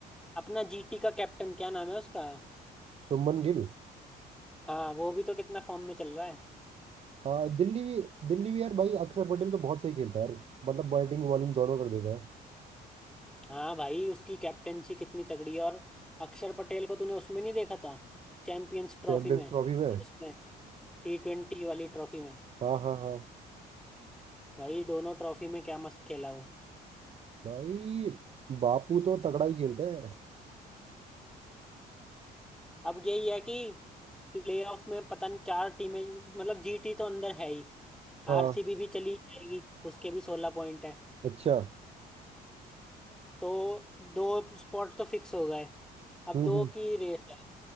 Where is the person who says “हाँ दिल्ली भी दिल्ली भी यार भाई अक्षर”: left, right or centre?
Right